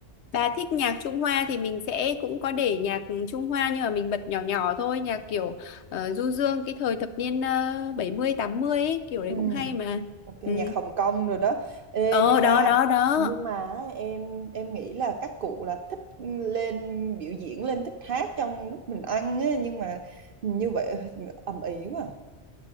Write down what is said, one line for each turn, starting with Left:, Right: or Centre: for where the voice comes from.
Right: Dạ.
Left: Bà thích nhạc Trung Hoa thì mình sẽ cũng có để nhạc Trung Hoa nhưng mà mình bật nhỏ nhỏ thôi, nhạc kiểu ờ, du dương cái thời thập niên uh, 70 80 ấy, kiểu đấy
Right: Ừ.
Left: cũng hay mà.
Right: Ok, nhạc
Left: Ừ.
Right: Hồng Kông rồi đó. Ê,
Left: Ờ
Right: nhưng
Left: đó
Right: mà
Left: đó đó.
Right: nhưng mà em em nghĩ là các cụ là thích lên biểu diễn lên thích hát trong lúc mình ăn á, nhưng mà như vậy <laughs> ầm ĩ quá. à.